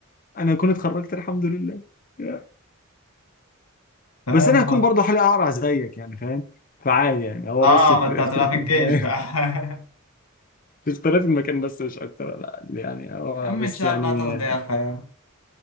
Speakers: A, on the left (about 40°); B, on the left (about 80°).
A: انا اكون اتخرجت الحمد لله يا.
B: فاهم
A: بس انا هكون برضه حالي اقرع زيك يعني فاهم فعادي يعني هو
B: اه
A: بس في
B: ما انت هتبقى
A: اختلاف
B: في
A: المكان
B: الجيش بقى <laughs>
A: <laughs> في اختلاف المكان بس مش اكتر لا يعني هو
B: يا عم
A: بس
B: ان شاء
A: يعني
B: الله تاخد ايه يا اخويا